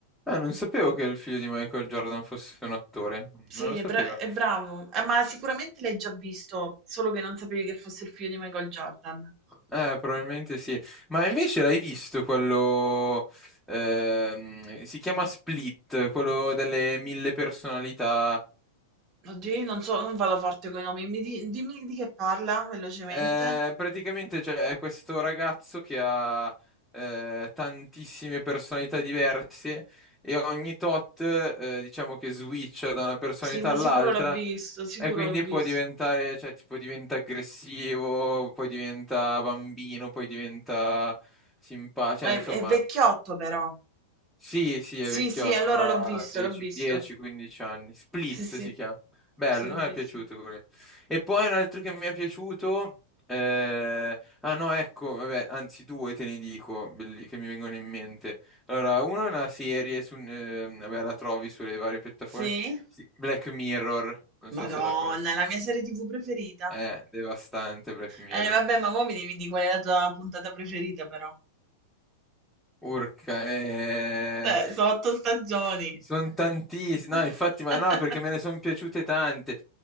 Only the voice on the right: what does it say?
Sì,
è
bra è bravo, eh, ma sicuramente l'hai già visto, solo che non sapevi che fosse il figlio di Michael Jordan.
Oddio, io non so, non vado forte con i nomi, mi di- dimmi di che parla velocemente.
Sì, ma
sicuro l'ho visto, sicuro
l'ho visto.
È,
è vecchiotto però.
Sì,
sì, allora
l'ho visto,
l'ho visto.
Sì, sì,
sì, l'ho
visto.
Sì?
Madonna,
è la mia serie TV preferita.
Eh, vabbè, ma mo' mi devi dì qual è la tua puntata preferita però.
Eh, sono 8 stagioni.
<laughs>